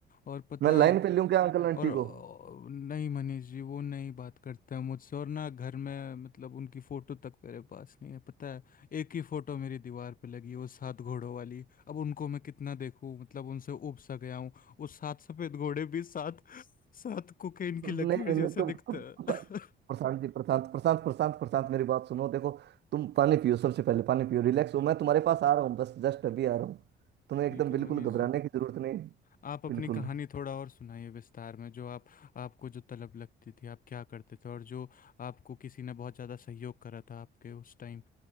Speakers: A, on the left (about 45°); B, on the right (about 60°).
A: और पता
B: मैं
A: है
B: लाइन पे लूं क्या अंकल आंटी
A: और अ,
B: को
A: नहीं मनीष जी वो नहीं बात करते हैं मुझसे और ना घर में मतलब उनकी फ़ोटो तक मेरे पास नहीं है पता है एक ही फ़ोटो मेरी दीवार पे लगी है वो सात घोड़ों वाली अब उनको मैं कितना देखूं मतलब उनसे ऊब सा गया हूँ वो सात सफ़ेद घोड़े भी सात सात कोकेन की
B: नहीं
A: लकीर
B: नहीं
A: जैसे
B: नहीं तुम
A: दिखते हैं
B: प- प्रशांत जी प्रशांत प्रशांत प्रशांत प्रशांत मेरी बात सुनो देखो तुम पानी पियो सबसे पहले पानी पियो रिलैक्स हो मैं तुम्हारे पास आ रहा हूँ बस जस्ट अभी आ रहा हूँ
A: <laughs>
B: तुम्हें
A: ठीक
B: एकदम बिल्कुल
A: है मनीष
B: घबराने
A: जी
B: की जरूरत नहीं है।
A: आप अपनी
B: बिल्कुल
A: कहानी थोड़ा और सुनाइए विस्तार में जो आप आपको जो तलब लगती थी आप क्या करते थे और जो आपको किसी ने बहुत ज़्यादा सहयोग करा था आपके उस टाइम